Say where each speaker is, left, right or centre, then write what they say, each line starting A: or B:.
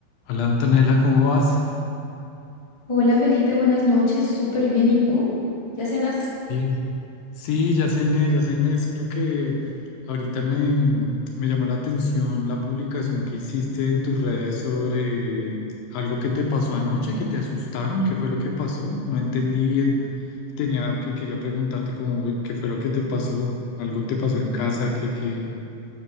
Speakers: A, on the left; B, on the left.
A: Hola Antonella, ¿cómo vas?
B: Hola Felipe, buenas noches, súper bien. ¿Y tú? ¿Ya cenas?
A: Bien. Sí, ya cené, ya cené, sino que ahorita me, me llamó la atención la publicación que hiciste en tus redes sobre algo que te pasó anoche, que te asustaron, ¿qué fue lo que pasó? No entendí bien. Tenía que quería preguntarte cómo fue- qué fue lo que te pasó, algo te pasó en casa, qué, qué,